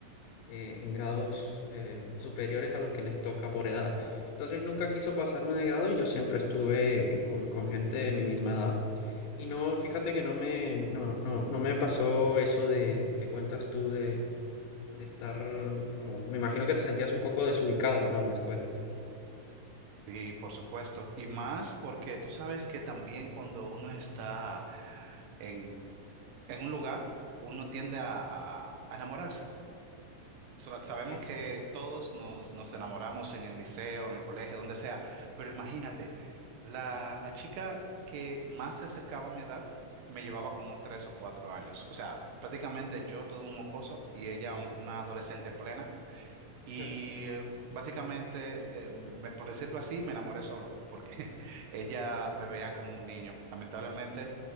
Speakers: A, on the left; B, on the right.
A: eh, en grados eh, superiores a los que les toca por edad. Entonces nunca quiso pasarme de grado y yo siempre estuve eh, con, con gente de mi misma edad. Y no, fíjate que no me, no, no, no me pasó eso de que cuentas tú de, de estar como, me imagino que te sentías un poco desubicado, ¿no? En la escuela.
B: Sí, por supuesto. Y más porque tú sabes que también cuando uno está en, en un lugar, uno tiende a, a a enamorarse. sa- Sabemos
A: Sí.
B: que todos nos, nos enamoramos en el liceo, en el colegio, donde sea, pero imagínate, la, la chica que más se acercaba a mi edad me llevaba como tres o cuatro años. O sea, prácticamente yo todo un mocoso y ella un- una adolescente plena. Y
A: <laughs>
B: eh, básicamente, eh, me- por decirlo así, me enamoré solo, porque <laughs> ella me veía como un niño. Lamentablemente,